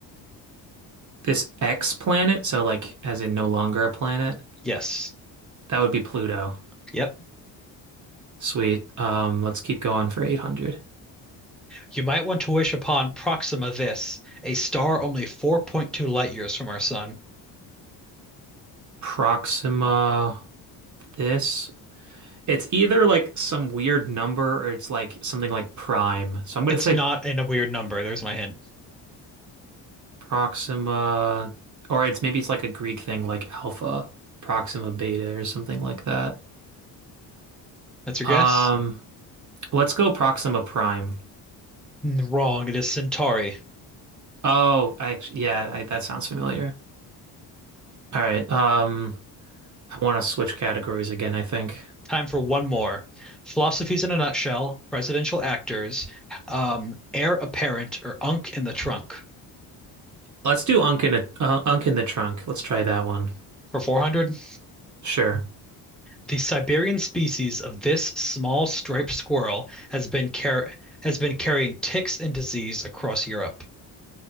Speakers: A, on the right; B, in the centre.
A: This X planet, so like as in no longer a planet,
B: Yes.
A: that would be Pluto.
B: Yep.
A: Sweet. Um, let's keep going for 800.
B: You might want to wish upon Proxima Vis, a star only 4.2 light years from our sun.
A: Proxima this It's either like some weird number or it's like something like prime. So I'm gonna
B: It's
A: say
B: not in a weird number. There's my hint.
A: Proxima, or it's maybe it's like a Greek thing like alpha, Proxima beta, or something like that.
B: That's your
A: Um,
B: guess?
A: let's go Proxima prime.
B: Wrong. It is Centauri.
A: Oh, I, act- yeah, I, that sounds familiar. All right. Um, I want to switch categories again, I think.
B: Time for one more. Philosophies in a nutshell, presidential actors, um, heir apparent or unk in the trunk.
A: Let's do Unk in a, uh, Unk in the trunk. Let's try that one.
B: For 400,
A: Sure.
B: the Siberian species of this small striped squirrel has been car has been carrying ticks and disease across Europe.